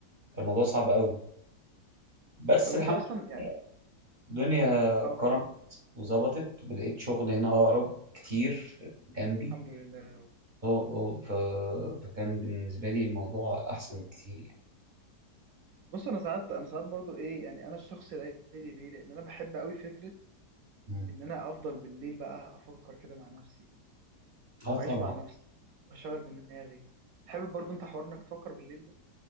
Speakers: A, on the right (about 45°); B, on the right (about 70°).
A: كان الموضوع صعب قوي بس
B: طب انت
A: الحمد
B: اصلا
A: لله
B: يعني
A: الدنيا
B: اه
A: كرمت وظبطت لقيت شغل هنا أقرب كتير جنبي
B: الحمد لله يا رب
A: اه اه ف- فكان بالنسبة لي الموضوع أحسن كتير
B: بص انا ساعات انا ساعات برضو ايه يعني انا الشخص الليلي ليه لان انا بحب قوي فكره
A: مم.
B: ان انا افضل بالليل بقى افكر كده مع نفسي
A: اه طبعا
B: واعيش مع نفسي واشغل دماغي تحب برضو انت حوار انك تفكر بالليل ده